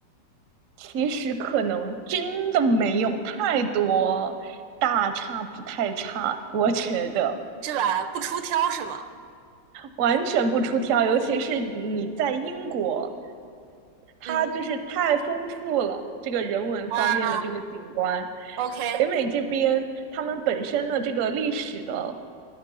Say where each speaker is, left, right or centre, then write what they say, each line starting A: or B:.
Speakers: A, on the right; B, on the right.
A: 其实可能真的没有太多大差不太差，我觉得
B: 是吧？不出挑是吗？
A: 完全不出挑。尤其是你在英国它就是太丰富了，
B: 嗯
A: 这个人文方面的这个景观。
B: 啊，OK，
A: 北美这边他们本身的这个历史的